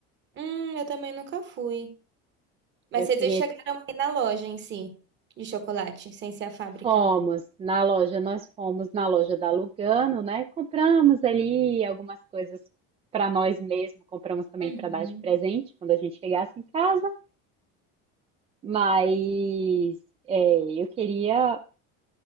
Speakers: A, on the right; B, on the right.
A: Hum, eu também nunca fui. Mas
B: Eu
A: vocês
B: queria,
A: já chegaram aí na loja em si, de chocolate, sem ser a fábrica.
B: fomos na loja, nós fomos na loja da Lugano, né? Compramos ali algumas coisas para nós mesmos, compramos também
A: Uhum.
B: para dar de presente quando a gente chegasse em casa. Mas é, eu queria